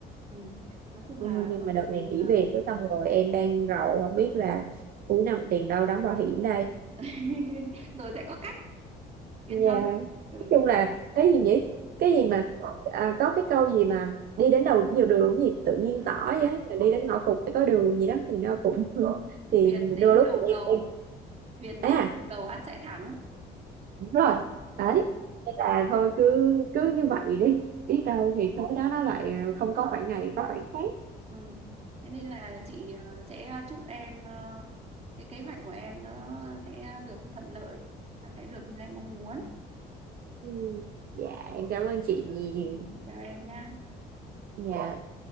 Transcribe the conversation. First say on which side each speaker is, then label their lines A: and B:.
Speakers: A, on the right; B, on the right.
A: ừ. nói chung
B: Ừ,
A: là
B: nhưng
A: cho
B: mà
A: dù
B: đợt
A: mình
B: này nghỉ
A: ờ,
B: việc cứ xong rồi em đang rầu không biết là cuối năm tiền đâu đóng bảo hiểm đây
A: <laughs> rồi sẽ có cách yên
B: Dạ,
A: tâm ừ.
B: Nói chung là cái gì nhỉ? Cái gì mà à, có cái câu gì mà đi đến đầu nhiều đường gì tự nhiên
A: Ừ.
B: tỏ vậy á, là đi đến ngõ cụt sẽ có đường gì đó thì nó
A: ừ.
B: cũng <laughs> thì
A: thuyền đến
B: đôi lúc
A: đầu
B: thì
A: cầu
B: em,
A: thuyền
B: em
A: đến
B: à
A: đầu cầu ắt sẽ thắng
B: đúng rồi
A: ừ.
B: đấy thế là thôi cứ cứ như vậy đi biết đâu thì tới đó nó lại không có khoảng này có khoảng khác
A: Ừ. Thế nên là chị ờ, sẽ chúc em ờ, cái kế hoạch của em nó sẽ được thuận lợi và sẽ được như em mong muốn.
B: Ừ, dạ em cảm ơn chị nhiều
A: Ừ. Chào em nha.
B: dạ